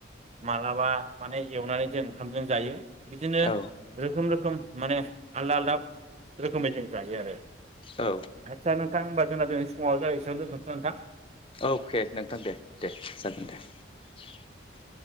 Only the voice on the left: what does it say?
औ
औ
अके नोंथां दे दे जागोन <inaudible>